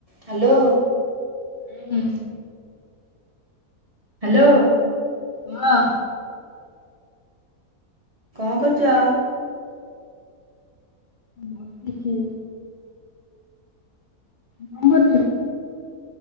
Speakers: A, on the right (about 25°); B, on the left (about 45°).
A: Hello
B: ହୁଁ।
A: Hello
B: ହଁ
A: କଣ କରୁଛ?
B: ଭାବୁଛି କଣ କରଛ?